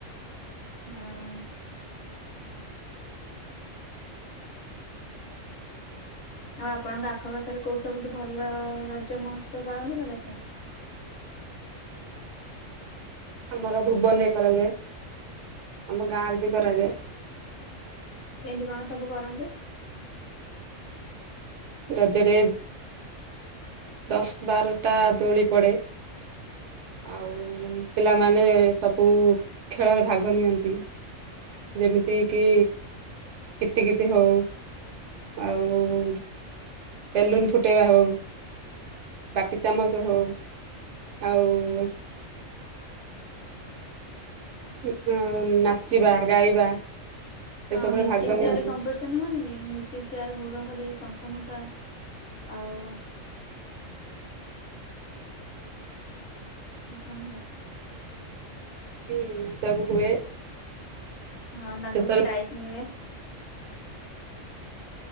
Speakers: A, on the left; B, on the right.
A: ହଁ ଆଉ ଆପଣଙ୍କ ଆଖ ପାାଖରେ କୋଉ ସବୁୁ ଭଲ ରଜ ମହୋତ୍ସବ ପାଳନ କରାଯାଏ?
B: ଆମର ଭୁବନ କରାଯାଏ ଆମ ଗାଁ ରେ ବି କରାଯାଏ
A: କେମିତି କଣ ସବୁ କରନ୍ତି?
B: ରଜରେ ଦଶ ବାରଟା ଦୋଳି ପଡେ। ଆଉ ପିଲାମାନେ ସବୁ ଖେଳରେ ଭାଗ ନିଅନ୍ତି। ଯେମିତି କି କିତିକିତି ହଉ ଆଉ ବେଲୁନ ଫୁଟେଇବା ହଉ। ବାଟି ଚାମଚ ହଉ ଆଉ। ଗୀତ ନାଚିବା ଗାଇବା।
A: ହଁ
B: ଏସବୁରେ
A: ମ୍ୟୁଜିକ
B: ଭାଗ
A: ଚେୟାର
B: ନିଅନ୍ତି
A: ରେ କମ୍ପିଡିସନ ହୁଏନି କି ମ୍ୟୁଜିକ୍ ଚେୟାର ଘୁରା ଘୁରି ଶଙ୍ଖ ଫୁଙ୍କା। ଆଉ। ଆଉ କଣ ହୁଏ?
B: ତି ସବୁ ହୁଏ।
A: ହଁ ତାଙ୍କୁ
B: ଶେଷରେ
A: ବି ପ୍ରାଇଜ ମିଳେ।